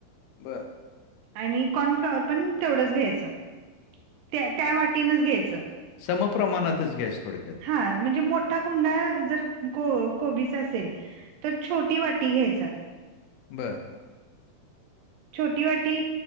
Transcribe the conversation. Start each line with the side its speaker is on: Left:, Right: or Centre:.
Left: बरं
Right: आणि कॉर्नफ्लॉवर पण तेवढंच घ्यायचं त्या त्या वाटीनच घ्यायचं.
Left: समप्रमाणातच घ्यायचं थोडक्यात.
Right: हा म्हणजे मोठा कुंडा जर को कोबीचा असेल. तर छोटी वाटी घ्यायचं.
Left: बरं
Right: छोटी वाटी